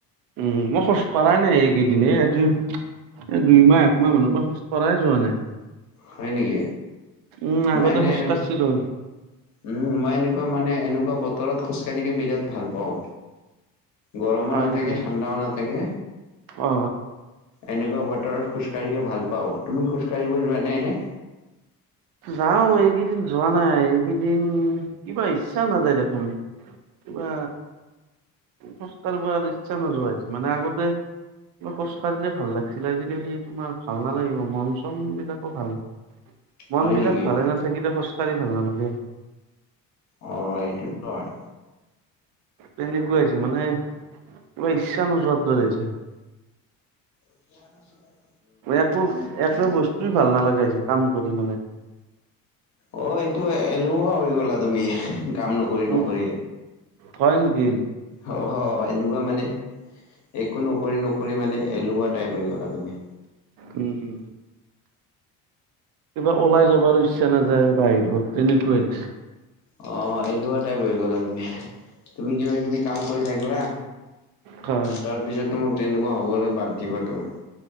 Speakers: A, on the right; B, on the left.
A: উম মই খোজ কঢ়াই নাই এইকেইদিন সেই এদিন, দুইমাহ একমাহ মানৰ পৰা খোজ কাঢ়িৰিবৈ যোৱা নাই।
B: হয় নেকি
A: উম আগতে
B: মই এনে
A: খোজ
B: এনে
A: কাঢ়িছিলো।
B: উম মই এনেকুৱা মানে এনেকুৱা বতৰত খোজ কাঢ়িকেই বিৰাট ভাল পাওঁ। গৰমো
A: হয়
B: নাথাকে
A: নেকি
B: ঠাণ্ডাও নাথাকে।
A: অ
B: এনেকুৱা বতৰত খোজকাঢ়িকে ভাল পাওঁ, তুমি খোজ কাঢ়িব যোৱা নে এনে?
A: যাওঁ এইকেইদিন যোৱা নাই এইকেইদিন কিবা ইচ্ছা নাযায় দেখোন। কিবা খোজকাঢ়িবলৈ বা ইচ্ছা নাযায় মানে আগতে- খোজ কাঢ়িলে ভাল লাগিছিলে আজিকালি তোমাৰ ভাল নালাগিব মন চন বিলাকো ভাল- মন
B: হয়
A: বিলাক
B: নেকি
A: ভালে নাথাকিলে খোজ কাঢ়ি ভালে নালাগে।
B: অ এইটো হয়।
A: তেনেকুৱা হৈছে মানে, কিবা ইচ্ছা নোযোৱোৰ হৈছে।
B: <unintelligible>
A: একো একো বস্তুয়েই ভাল নলগা হৈছে কাম কৰি মানে।
B: অ' এইটো এলেহুৱা হৈ গ'লা তুমি কাম নকৰি
A: উ
B: নকৰি।
A: হয় নেকি?
B: হয় হয় এনেকুৱা মানে- একো নকৰি নকৰি মানে এলেহুৱা টাইপ হৈ গ'লা তুমি।
A: উম। কিবা ওলাই যাবৰো ইচ্ছা নাযায় বাহিৰত তেনেকুৱা হৈছে।
B: অ' এলোহুৱা টাইপ হৈ গ'লা তুমি, তুমি কিবা কিবি কাম কৰি থাকিবা।
A: হয়।
B: তাৰ পিছত তোমাক তেনেকুৱা হ'বলৈ বাদ দিবা তুমি।